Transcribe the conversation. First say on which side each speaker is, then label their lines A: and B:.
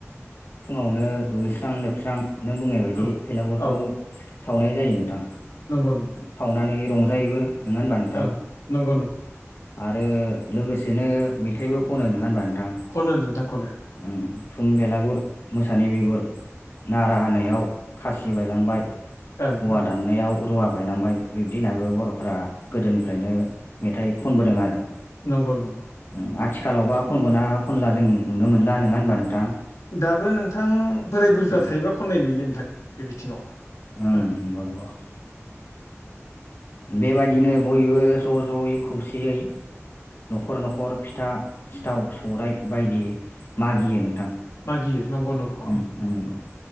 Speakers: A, on the left; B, on the left.
A: फुङावनो दुगैस्रां लोबस्रां नों बुंनाय बायदि
B: औ
A: भेलागुरखौ
B: औ
A: सावनाय जायो नोंथां
B: नंगौ
A: सावनानै रंजायोबो नङा होनबा नोंथां
B: औ नंगौ नंगौ।
A: आरो लोगोसेनो मेथाइबो खनो नङा होनबा? नोंथां
B: खनो नोंथां खनो।
A: उम थुम बेलागुर मोसानि बेगुर नारा हानायाव खासि बायलांबाय।
B: ओं
A: औवा
B: ओं
A: दाननायाव रुवा बायलांबाय बिब्दिनाबो बरफोरा गोदोनिफ्रायनो मेथाइ खनबोदों आरो।
B: नंगौ नंगौ।
A: उम आथिखालावबा खनगना खनला जों नुनो मोनला नङा होनबा नोंथां।
B: दाबो नोंथां बोराय बुरिफ्रा
A: उम
B: थायोबा खननाय नुयो नोंथां। बे बिथिङाव
A: नंगौ
B: ओं
A: नंगौ। बेबायदिनो बयबो ज जयै खौसेयै। नखर नखर फिथा सिथाव सौरायाइ बायदि मागियो नोंथां।
B: मागियो नंगौ नंगौ
A: उम
B: आं
A: उम नंगौ